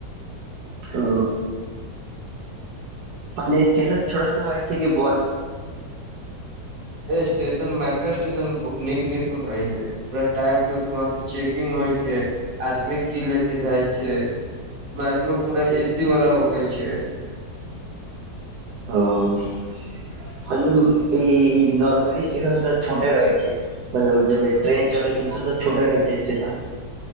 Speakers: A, on the right; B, on the right.
A: ओ मन्ने स्टेशन छोटा - छोटा होइ छै कि बर - बर
B: ए स्टेशन मेट्रो स्टेशन ब नीक - नीक रहै छै पूरा टाइल्स उस वहाँ पे चेकिंग होइ छै आदमी की लेके जाइ छै मेट्रो पूरा ए सी वाला होके छै
A: ओ मतलब ई नार्मली स्टेशन सॅं तऽ छोटे रहै छै मतलब जम्मे ट्रेन चलै छै ऊ से त छोटे रहै छै स्टेशन